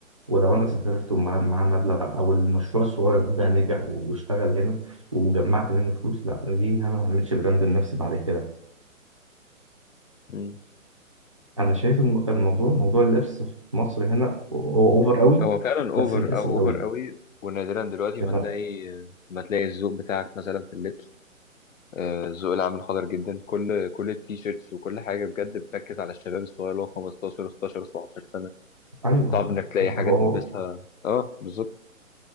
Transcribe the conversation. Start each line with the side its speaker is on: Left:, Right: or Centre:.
Right: ولو انا سافرت ومع مع مبلغ او المشروع الصغير ده نجح واشتغل هنا وجمعت منه فلوس لا ليه انا ما اعملش براند لنفسي بعد كده
Left: يعني
Right: انا شايف الم- الموضوع موضوع اللبس في مصر هنا هو اوفر قوي
Left: هو فعلا اوفر
Right: بس بيكسب
Left: او
Right: قوي
Left: اوفر قوي ونادرا دلوقتي
Right: يعني
Left: ما تلاقي ما تلاقي الذوق بتاعك مثلا في اللبس آه، الذوق العام حاضر جدا كل كل التيشيرتس وكل حاجه بجد بتركز على الشباب الصغير اللي هو 15 16 17 سنه
Right: ايوه
Left: صعب انك تلاقي
Right: هو
Left: حاجه
Right: هو
Left: تلبسها اه بالظبط